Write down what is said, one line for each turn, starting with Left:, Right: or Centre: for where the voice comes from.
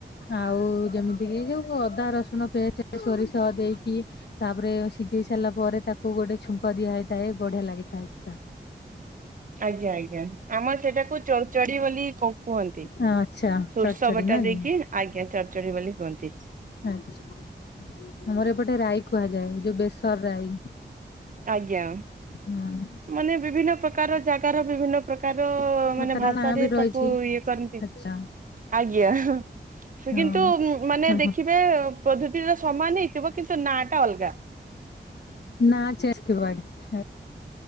Left: ଆଉ ଯେମିତି କିି ଯୋଉ ଅଦା ରସୁଣ ପେଷ୍ଟ ସୋରିଷ ଦେଇକି ତାପରେ ସିଝେଇ ସାରିଲା ପରେ ତାକୁ ଗୋଟେ ଛୁଙ୍କ ଦିଆ ହୋଇଥାଏ ବଢିଆ ଲାଗିଥାଏ ସେଟା
Right: ଆଜ୍ଞା ଆଜ୍ଞା ଆମର ସେଟାକୁ ଚଢ ଚଢି ବୋଲି କୁହନ୍ତି
Left: ଆଚ୍ଛା।
Right: ଶୋରିଷ
Left: ଚଡଚଡି
Right: ବଟା
Left: ନା
Right: ଦେଇକି
Left: କି
Right: ଆଜ୍ଞା ଚଢଚଢିବୋଲି କୁହନ୍ତି
Left: ଆଛା ଆମର ଏପଟେ ରାଇ କୁହାଯାଏ ଯୋଉ ବେସର ରାଇ।
Right: ଆଜ୍ଞା
Left: ହଁ
Right: ମାନେ ବିଭିନ୍ନ ପ୍ରକାର ଜାଗାର ବିଭିନ୍ନ ପ୍ରକାର
Left: ପ୍ରକାର
Right: ମାନେ ଭାଷାରେ
Left: ନାଁ ବି ରହିଛି
Right: ତାକୁ ଇଏ କରନ୍ତି
Left: ଆଚ୍ଛା।
Right: ଆଜ୍ଞା ସେ
Left: ହଁ
Right: କିନ୍ତୁ ମାନେ ଦେଖିବେ
Left: ହଁ।
Right: ପଦ୍ଧତିର ସମାନ ହେଇଥିବ କିନ୍ତୁ ନା ଟା ଅଲଗା
Left: ନାଚେସେ ଥିବ ହାରି